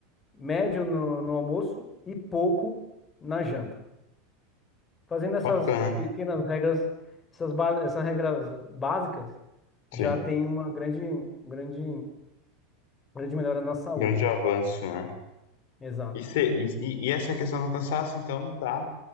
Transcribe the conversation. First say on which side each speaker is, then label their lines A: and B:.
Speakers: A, on the left; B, on the left.
A: médio no, no almoço e pouco na janta. Fazendo essas
B: Bacana,
A: pequenas regras, essas, ba- essas regras básicas, já
B: sim.
A: tem uma grande, grande, grande melhora na saúde.
B: Grande avanço, né?
A: Exato.
B: E, cê- e, e e essa questão do cansaço, então, tá